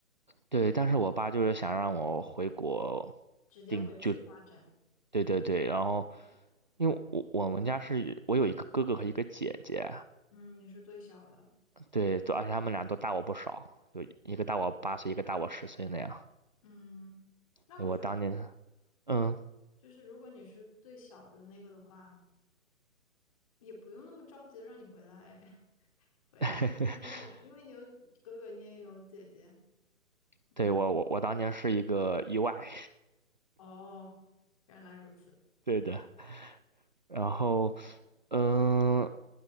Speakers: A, on the right (about 35°); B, on the left (about 25°).
A: 对，但是我爸就是想让我回国
B: 直接回去发展？
A: 定就，对对对，然后因为我我们家是我有一个哥哥和一个姐姐，
B: 嗯，你是最小的，
A: 对，都而且他们俩都大我不少，就一个大我八岁，一个大我十岁那样。
B: 嗯，那我觉得。
A: 对我当年，嗯，
B: 就是如果你是最小的那个的话，也不用那么着急的让你回来，<laughs> 回来，
A: <laughs>
B: 你有，因为你有哥哥，你也有姐姐，
A: 对我我我当年是一个意外，
B: 嗯，哦，原来如此，
A: <laughs> 对的。然后嗯，